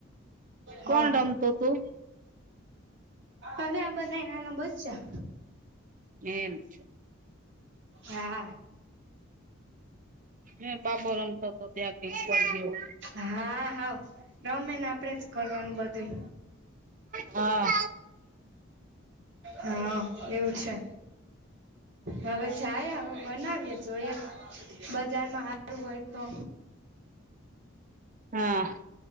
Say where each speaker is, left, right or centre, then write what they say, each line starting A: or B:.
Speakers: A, on the right; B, on the right.
A: હા.
B: કોણ રમતુ તું?
A: અરે, આ બધા એ નાના બચ્ચા.
B: એમ.
A: હા.
B: મે બાબો રમતો હતો ત્યાં બેસવા ગયો.
A: હા હા રમે ને આપડે જ કરવાનું બધું.
B: હા.
A: હા, એવું છે. હવે જાય. હવે, બનાવીએ તોએ બજારમાં સારું હોય તો
B: હા